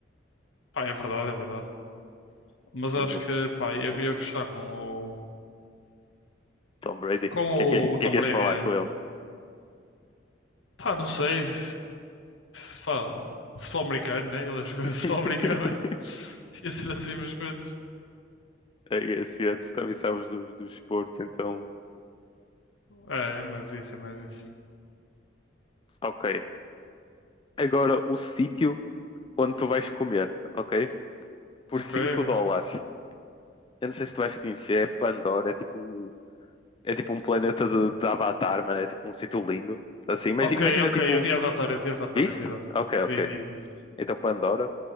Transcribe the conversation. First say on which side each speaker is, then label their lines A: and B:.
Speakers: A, on the left; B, on the left.
A: Pá, é verdade, é verdade. Mas
B: Mas
A: acho que, pá, eu ia gostar com o,
B: Tom Brady, o
A: com o,
B: que é que,
A: o
B: que
A: Tom
B: é que
A: Brady.
B: és falar
A: É.
B: com ele?
A: Pá, não sei se, se, pá, futebol americano, né? Ele jogou
B: <laughs>
A: <laughs> futebol americano, mas <laughs> ia ser assim umas coisas.
B: é esse, é, tu também sabes do- dos esportes, então.
A: É, é mais isso, é mais isso.
B: Ok. Agora o sítio onde tu vais comer, ok? Por
A: Ok,
B: 5
A: ok.
B: dólares. Eu não sei se tu vais conhecer, é Pandora, é tipo um, é tipo um planeta de, de Avatar, mano. É tipo um sítio lindo. Assim, imagi-
A: Ok,
B: imagina,
A: ok,
B: tipo.
A: eu vi Avatar, eu vi Avatar,
B: Viste?
A: eu vi Avatar.
B: Ok, ok.
A: Vi, vi.
B: Então Pandora.